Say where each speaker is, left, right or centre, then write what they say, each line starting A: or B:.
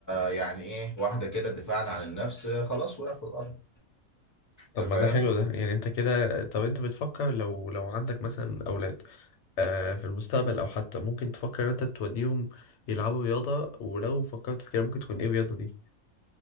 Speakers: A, on the left; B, on the left.
A: يعني ايه واحده كده دفاعا عن النفس آه، خلاص وقع في الارض
B: طب
A: انت
B: ما
A: فاهم
B: ده حلو ده يعني انت كده طب انت بتفكر لو لو عندك مثلا اولاد آه، في المستقبل او حتى ممكن تفكر ان انت توديهم يلعبوا رياضة ولو فكرت في كده ممكن تكون ايه الرياضة دي